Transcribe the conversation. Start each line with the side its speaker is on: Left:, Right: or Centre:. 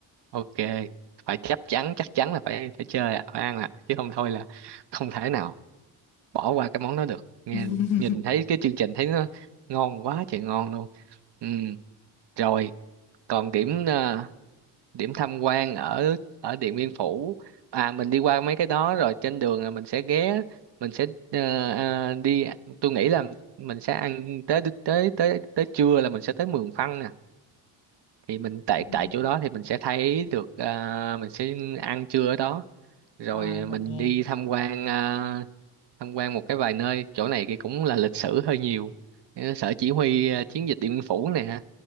Right: ok phải chắc chắn chắc chắn là phải phải chơi ạ phải ăn ạ chứ không thôi là không thể nào bỏ qua cái món đó được nghe
Left: <laughs>
Right: nhìn thấy cái chương trình thấy nó ngon quá trời ngon luôn ừ. rồi còn điểm ờ, điểm tham quan ở ở Điện Biên Phủ à mình đi qua mấy cái đó rồi trên đường là mình sẽ ghé mình sẽ ờ, ờ, đi tôi nghĩ là mình sẽ ăn tới tới tới tới trưa là mình sẽ tới Mường Phăng nè thì mình tại
Left: ừ.
Right: tại chỗ đó thì mình sẽ thấy được à, mình sẽ ăn trưa ở đó rồi
Left: ờ,
Right: mình
Left: được nè
Right: đi tham quan à, tham quan một cái vài nơi chỗ này thì cũng là lịch sử hơi nhiều Ờ, sở chỉ huy à, chiến dịch Điện Biên Phủ nè